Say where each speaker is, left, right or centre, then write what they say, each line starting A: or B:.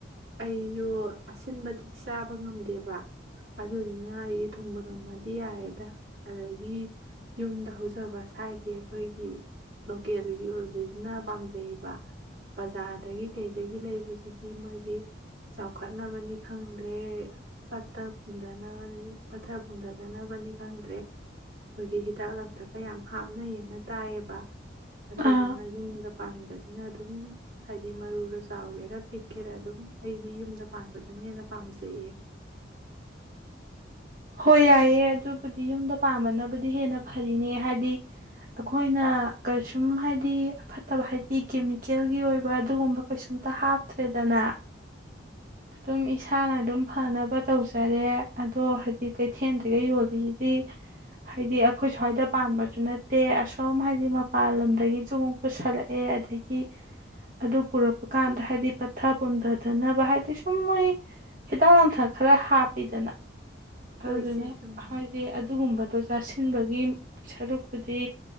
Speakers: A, on the right; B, on the right.
A: ꯑꯩꯁꯨ ꯑꯁꯤꯟꯕꯗꯨꯗꯤ ꯆꯥꯕ ꯉꯝꯗꯦꯕ ꯑꯗꯨꯗꯨꯅ ꯑꯩꯁ ꯊꯨꯝꯕ ꯊꯨꯝꯃꯗꯤ ꯌꯥꯔꯦꯗ ꯑꯗꯒꯤ ꯌꯨꯝꯗ ꯍꯧꯖꯕ ꯁ꯭ꯋꯥꯏꯒꯤ ꯑꯩꯈꯣꯏꯒꯤ ꯂꯣꯀꯦꯜꯒꯤ ꯑꯣꯏꯕꯕꯁꯤꯅ ꯄꯥꯝꯖꯩꯌꯦꯕ ꯕꯖꯥꯔꯗꯒꯤ ꯀꯩꯗꯒꯤ ꯂꯩꯕꯁꯤꯗꯤ ꯃꯣꯏꯒꯤ ꯆꯥꯎꯈꯠꯅꯕꯅꯤ ꯈꯪꯗ꯭ꯔꯦ ꯄꯠꯇꯊꯅꯕ ꯄꯠꯊ ꯄꯨꯝꯊꯗꯅꯕꯅꯤ ꯈꯪꯗ꯭ꯔꯦ ꯑꯩꯈꯣꯏꯒꯤ ꯍꯤꯗꯥꯛ ꯂꯥꯡꯊꯛꯀ ꯌꯥꯝ ꯍꯥꯞꯅꯩꯌꯦꯅ ꯇꯥꯏꯑꯕ ꯑꯗꯨꯗꯨꯅ
B: ꯑꯥ
A: ꯌꯨꯝꯗ ꯄꯥꯟꯕꯁꯦ ꯎ ꯑꯗꯨꯝ ꯍꯥꯏꯗꯤ ꯃꯔꯨꯔ ꯆꯥꯎꯒꯦꯔ ꯄꯤꯛꯀꯦꯔ ꯑꯗꯨꯝ ꯑꯩꯗꯤ ꯌꯨꯝꯗ ꯄꯥꯟꯕꯗꯨꯅ ꯍꯦꯟꯅ ꯄꯥꯝꯖꯩꯌꯦ
B: ꯍꯣꯏ ꯌꯥꯏꯌꯦꯦ ꯑꯗꯨꯕꯨꯗꯤ ꯌꯨꯝꯗ ꯄꯥꯝꯕꯅꯕꯨꯗꯤ ꯍꯦꯟꯅ ꯐꯔꯤꯅꯦ ꯍꯥꯏꯗꯤ ꯑꯩꯈꯣꯏꯅ
A: ꯎꯝ
B: ꯀꯩꯁꯨꯝ ꯍꯥꯏꯗꯤ ꯑꯐꯠꯇꯕ ꯍꯥꯏꯗꯤ ꯀꯦꯃꯤꯀꯦꯜꯒꯤ ꯑꯣꯏꯕ ꯑꯗꯨꯒꯨꯝꯕ ꯀꯩꯁꯨꯝꯇ ꯍꯥꯞꯇ꯭ꯔꯦꯗꯅ ꯑꯗꯨꯝ ꯏꯁꯥꯅ ꯑꯗꯨꯝ ꯐꯅꯕ ꯇꯧꯖꯔꯦ ꯑꯗꯣ ꯍꯥꯏꯗꯤ ꯀꯩꯊꯦꯜꯗꯒ ꯌꯣꯜꯂꯤꯁꯤꯗꯤ ꯍꯥꯏꯗꯤ ꯑꯩꯈꯣꯏ ꯁ꯭ꯋꯥꯏꯗ ꯄꯥꯟꯕꯁꯨ ꯅꯠꯇꯦ ꯑꯁꯣꯝ ꯍꯥꯏꯗꯤ ꯃꯄꯥꯟ ꯂꯝꯗꯒꯤꯁꯨ ꯑꯃꯨꯛ ꯄꯨꯁꯜꯂꯛꯑꯦ ꯑꯗꯒꯤ ꯑꯗꯨ ꯄꯨꯔꯛꯄ ꯀꯥꯟꯗ ꯍꯥꯏꯗꯤ ꯄꯠꯊ ꯄꯨꯝꯊꯗꯅꯕ ꯍꯥꯏꯗꯤ ꯁꯨꯝ ꯃꯣꯏ ꯍꯤꯗꯥꯛ ꯂꯥꯡꯊꯛ ꯈꯔ ꯍꯥꯞꯄꯤꯗꯅ
A: ꯍꯣꯏ
B: ꯑꯗꯨꯗꯨꯅꯦ
A: ꯏꯆꯦ ꯆꯨꯝꯃꯦ
B: ꯍꯥꯏꯣꯏꯗꯤ ꯑꯗꯨꯒꯨꯝꯕꯗ ꯆꯥꯁꯤꯟꯕꯒꯤ ꯁꯔꯨꯛꯄꯨꯗꯤ